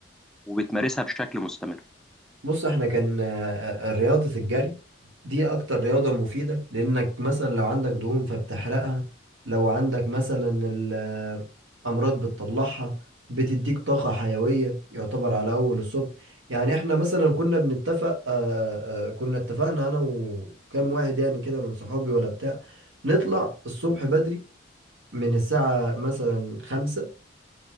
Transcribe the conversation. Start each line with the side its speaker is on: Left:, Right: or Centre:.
Centre: وبتمارسها بشكل مستمر
Right: بص احنا كان آه، آه، آه، رياضة الجري دي اكتر رياضة مفيدة لانك مثلا لو عندك دهون فبتحرقها لو عندك مثلا ال- آه، امراض بتطلعها بتديك طاقة حيوية يعتبر على اول الصبح يعني احنا مثلا كنا بنتفق آه، آه، كنا اتفقنا انا وكام واحد يعني كده من صحابي ولا بتاع نطلع الصبح بدري من الساعة مثلا خمسة